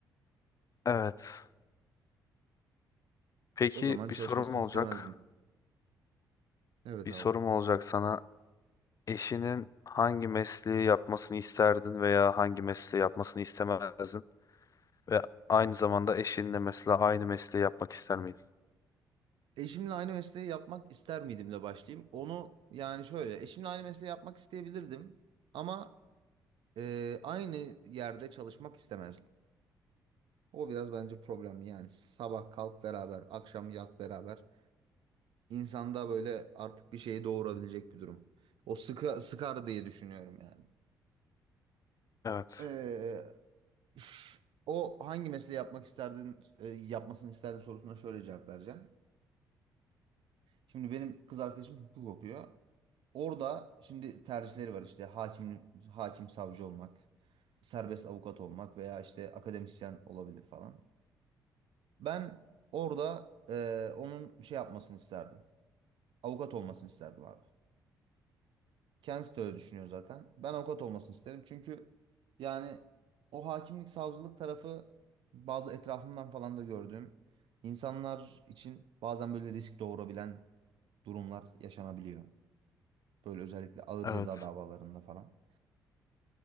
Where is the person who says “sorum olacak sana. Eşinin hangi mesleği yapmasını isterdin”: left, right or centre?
Left